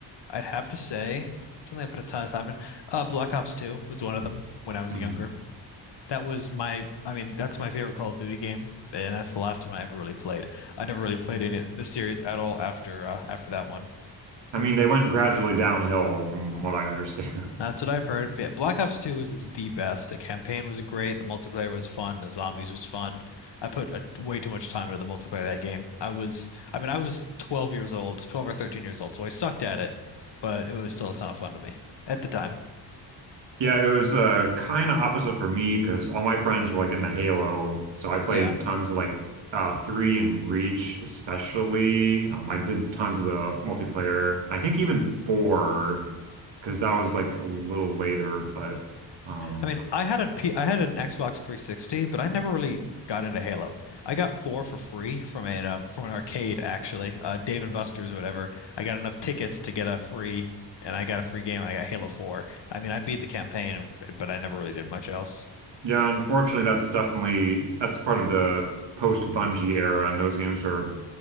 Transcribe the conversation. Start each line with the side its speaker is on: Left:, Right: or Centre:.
Left: I'd have to say something I put a ton of time in. Uh, Black Ops 2 was one of them when I was
Right: Mhm.
Left: younger. That was my, I mean, that's my favorite Call of Duty game, and that's the last one I ever really played. I never really played any the series at all after uh, after that one.
Right: I mean, they went gradually downhill from what I understand.
Left: That's what I've heard. But yeah, Black Ops 2 was the best. The campaign was great. The multiplayer was fun. The zombies was fun. I put a, way too much time into the multiplayer of that game. I was, I mean, I was 12 years old, 12 or 13 years old, so I sucked at it, but it was still a ton of fun to me at the time.
Right: Yeah, it was uh kind of opposite for me because all my friends were like in the Halo, so I played
Left: Yeah.
Right: tons of like uh three and Reach especially. Um, I did tons of the multiplayer. I think even four because that was like a little later, but um
Left: I mean, I had a P I had an Xbox 360, but I never really got into Halo. I got four for free from a um, from an arcade actually, uh, Dave and Buster's or whatever. I got enough tickets to get a free, and I got a free game, and I got Halo 4. I mean, I beat the campaign, but I never really did much else.
Right: yeah, unfortunately that's definitely that's part of the post Bungie era, and those games are